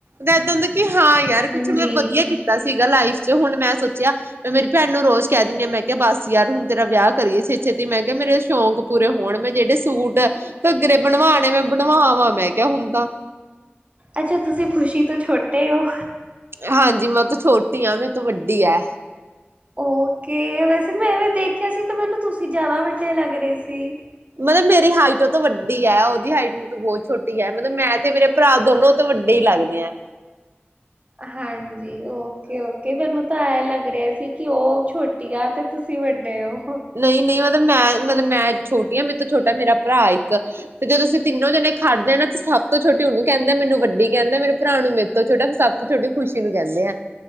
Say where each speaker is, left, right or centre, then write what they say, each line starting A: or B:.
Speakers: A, on the right; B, on the right.
A: ਤੇ ਇਦਾਂ ਦੇ ਕਿ ਹਾਂ ਯਾਰ ਕੁੱਝ
B: ਹਾਂਜੀ
A: ਮਤਲਬ ਵਧੀਆ ਕੀਤਾ ਸੀ। ਸੀਗਾ ਲਾਈਫ 'ਚ ਹੁਣ ਮੈਂ ਸੋਚਿਆ ਮੇਰੀ ਭੈਣ ਨੂੰ ਰੋਜ਼ ਕਹਿ ਦਿੰਦੀ ਆ ਮੈਂ ਕਿਹਾ ਬਸ ਯਾਰ ਹੁਣ ਤੇਰਾ ਵਿਆਹ ਕਰੀਏ ਛੇਤੀ-ਛੇਤੀ ਮੈਂ ਕਿਹਾ ਮੇਰੇ ਸ਼ੌਕ ਪੂਰੇ ਹੋਣ ਮੈਂ ਜਿਹੜੇ ਸੂਟ ਘੱਗਰੇ ਬਣਵਾਣੇ ਮੈਂ ਬਣਵਾਵਾਂ ਮੈਂ ਕਿਹਾ ਹੁਣ ਤਾਂ
B: ਅੱਛਾ, ਤੁਸੀਂ ਖੁਸ਼ੀ ਤੋਂ ਛੋਟੇ ਹੋ।
A: ਹਾਂਜੀ ਮੈਂ ਤਾਂ ਛੋਟੀ ਆ, ਮੇਰੇ ਤੋਂ ਵੱਡੀ ਐ।
B: ਓਕੇ, ਵੈਸੇ ਮੈਂ ਐਵੇਂ ਦੇਖਿਆ ਸੀ ਤੇ ਮੈਨੂੰ ਤੁਸੀਂ ਤੁਸੀਂ ਜ਼ਿਆਦਾ ਵੱਡੇ ਲੱਗ ਰਹੇ ਸੀ।
A: ਮਤਲਬ ਮੇਰੀ ਹਾਈਟ ਉਹ ਤੋਂ ਵੱਡੀ ਐ। ਉਹਦੀ ਹਾਈਟ ਮੇਰੇ ਤੋਂ ਬਹੁਤ ਛੋਟੀ ਐ। ਮਤਲਬ ਮੈਂ ਤੇ ਮੇਰੇ ਭਰਾ ਦੋਨੋ ਉਹ ਤੋਂ ਵੱਡੇ ਹੀ ਲੱਗਦੇ ਆ।
B: ਹਾਂਜੀ, ਓਕੇ ਓਕੇ ਫੇਰ ਮੈ‌ ਉਹ ਤਾ ਇਹ- ਲੱਗ ਰਿਹਾ ਸੀ ਕਿ ਉਹ ਛੋਟੀ ਆ ਤੇ ਤੁਸੀਂ ਵੱਡੇ ਹੋ।
A: ਨਹੀਂ ਨਹੀਂ ਮਤਲਬ ਮੈਂ ਮਤਲਬ ਮੈਂ ਛੋਟੀ ਹਾਂ ਮੇਰੇ ਤੋਂ ਛੋਟਾ ਮੇਰਾ ਭਰਾ ਇੱਕ ਤੇ ਜਦੋਂ ਅਸੀਂ ਤਿੰਨੋ ਜਣੇ ਖੜਦੇ ਆ ਨਾ ਤੇ ਸਭ ਤੋਂ ਛੋਟੀ ਉਹਨੂੰ ਕਹਿੰਦੇ, ਮੈਨੂੰ ਵੱਡੀ ਕਹਿੰਦੇ, ਮੇਰੇ ਭਰਾ ਨੂੰ ਮੇਰੇ ਤੋਂ ਛੋਟਾ, ਸਭ ਤੋਂ ਛੋਟੀ ਖੁਸ਼ੀ ਨੂੰ ਕਹਿੰਦੇ ਆ।